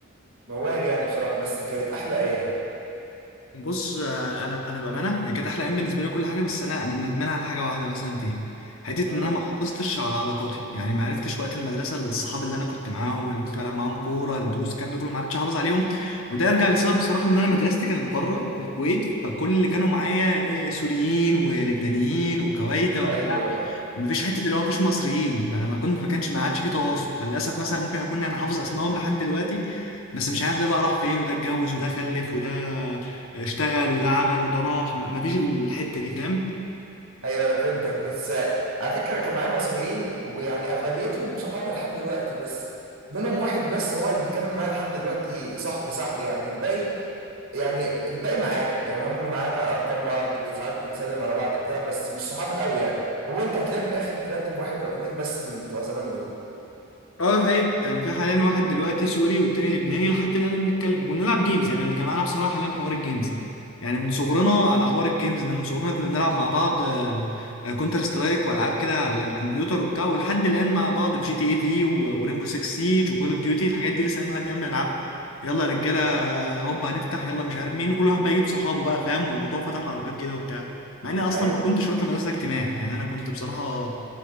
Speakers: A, on the right; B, on the left.
A: موال يعني بصراحة بس كانت أحلى أيام
B: بص آه، انا انا بامانه هي كانت احلى ايام بالنسبه لي كل حاجه بس انا انا ندمان على حاجه واحده مثلا فيها حته
A: مم.
B: ان انا ما حافظتش على علاقاتي يعني ما عرفتش وقت المدرسه الصحاب اللي انا كنت معاهم اللي كنت بلعب معاهم كوره الدروس الكلام ده كله ما عرفتش احافظ عليهم وده يرجع لسبب بصراحه ان انا مدرستي كانت بره في الكويت فكل اللي كانوا معايا آه، سوريين ولبنانيين وكويتا وبتاع
A: أيوه
B: مفيش حته اللي هو مفيش مصريين فانا ما كنت ما كانش ما عادش في تواصل فللاسف مثلا ممكن اكون انا حافظ اسمائهم لحد دلوقتي بس مش عارف ده بقى راح فين وده اتجوز وده خلف وده اشتغل وده عمل وده راح ما- مفيش الحته دي فاهم
A: ايوه انا فهمتك بس آه، على فكره كان معايا مصريين ويعني اغلبيتهم صحابي لحد دلوقتي بس منهم واحد بس هو اللي مكمل معايا لحد دلوقتي صاحبي صاحبي يعني الباقي يعني الباقي معارف يعني هم معانا ارقام بعض ساعات بنسلم على بعض بتاع بس مش صحاب قوي يعني هو انت هتلاقي من الاخر طلعت بواحد او اتنين بس من بتوع زمان دول
B: اه ده حقيقي يعني في حاليا واحد دلوقتي سوري والتاني لبناني لحد الان بنتكلم وبنلعب جيمز يعني اللي جمعنا بصراحه حاليا حوار الجيمز يعني من صغرنا على حوار الجيمز ده من صغرنا كنا بنلعب مع بعض كونتر سترايك والعاب كده على الكمبيوتر وبتاع ولحد الان مع بعض في جي تي اي في وريمبو 6 سيج وكول اوف ديوتي الحاجات دي لسه لحد الان بنلعبها يلا يا رجاله
A: آه.
B: هوب هنفتح يلا مش عارف مين وكل واحد بقى يجيب صحابه بقى فاهم والموضوع فتح لعلاقات جديده وبتاع مع اني اصلا
A: ايوه
B: ما كنتش وقت المدرسه اجتماعي يعني انا كنت بصراحه